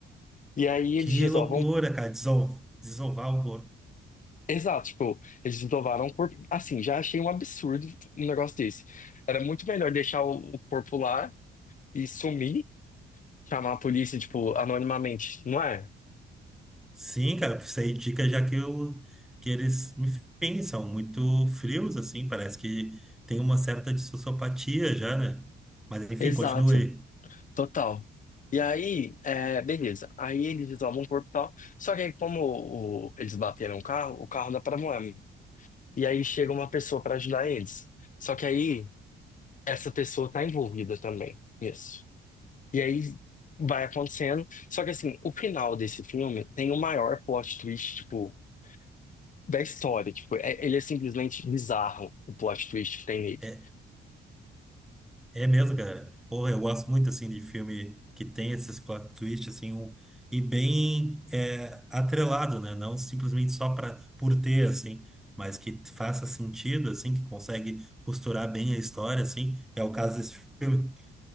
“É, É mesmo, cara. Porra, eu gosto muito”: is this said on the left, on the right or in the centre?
Centre